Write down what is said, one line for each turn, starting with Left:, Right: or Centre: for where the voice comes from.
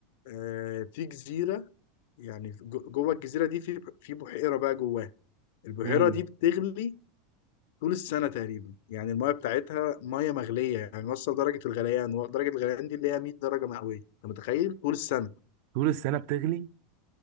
Left: آه في جزيرة يعني في- جو- جوه الجزيرة دي في في بحيرة بقى جواها البحيرة
Right: امم
Left: دي بتغلي طول السنة تقريبا يعني المايه بتاعتها ميه مغلية يعني وصل درجة الغليان درجة الغليان دي اللي هي 100 درجة مئوية انت متخيل طول السنة
Right: طول السنة بتغلي